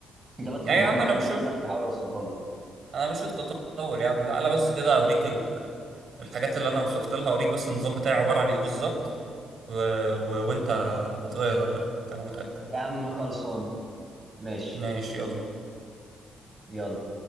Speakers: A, on the right (about 25°); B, on the right (about 50°).
A: ده بس
B: يعني
A: المهم
B: يا عم
A: ده
B: انا
A: النقطه
B: بشوف
A: اللي انا بحاول اوصلها لك
B: انا بشوف تطور يا عم تعالى بس كده اوريك ال- الحاجات اللي انا وصلت لها اوريك بس النظام بتاعي عباره عن ايه بالظبط و... و... وانت هتغير رايك انا متاكد
A: يا عم خلصان ماشي
B: ماشي يلا
A: يلا